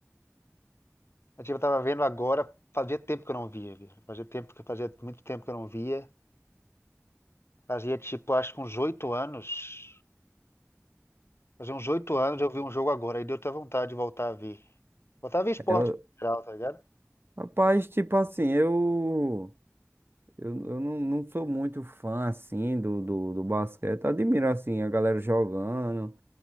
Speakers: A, on the left (about 50°); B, on the right (about 45°).
A: Mas, tipo, eu tava vendo agora, fazia tempo que eu não via, viu? Fazia tempo que fazia muito tempo que eu não via. Fazia tipo, acho que uns oito anos. Fazia uns oito anos eu vi um jogo agora, aí deu até vontade de voltar a ver. Voltar a ver esporte
B: Eu,
A: em geral, tá ligado?
B: rapaz, tipo assim, eu, eu, eu não, não sou muito fã assim do, do, do basquete. Admiro assim a galera jogando,